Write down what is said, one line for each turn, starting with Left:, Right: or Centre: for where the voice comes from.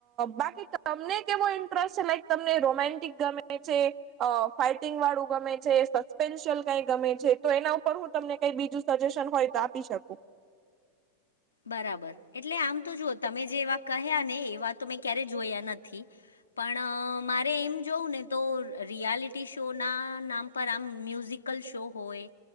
Right: બાકી તમને કેવો ઇન્ટરેસ્ટ છે લાઈક તમને રોમેન્ટિક ગમે છે. અ ફાઈટિંગ વાળું ગમે છે, સસ્પેન્શયલ કઈ ગમે છે? તો એના ઉપર હું તમને કઈ બીજું સજેશન હોય તો આપી શકું.
Left: બરાબર એટલે આમ તો જુઓ તમે જે એવા કહ્યા ને એવા તો મેં ક્યારેય જોયા નથી. પણ મારે એમ જોવું ને તો રિયાલિટી શોના નામ પર આમ મ્યુઝિક શો હોય